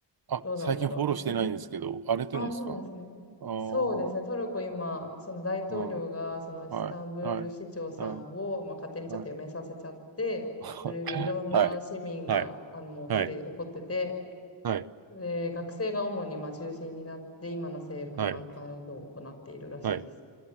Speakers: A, on the right; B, on the left.
A: あ、
B: どうなんだろう。
A: 最近フォローしてないんですけど、
B: <laughs>
A: 荒れてるんですか
B: ああ、そうなんですね。
A: ああー、
B: そうですね。トルコ今、その大統領が、
A: うん。
B: そのイスタンブール市長さんを、
A: はい。はい。はい。
B: まあ、勝手にちょっと辞めさせちゃって、
A: はい。<laughs> はい。
B: それでいろんな市民が、
A: はい。
B: あの、もう起きでこってて、
A: はい。はい。
B: で、学生が主に、まあ、中心になって、今の政府の反対運動を行っているらしいです。
A: はい。はい。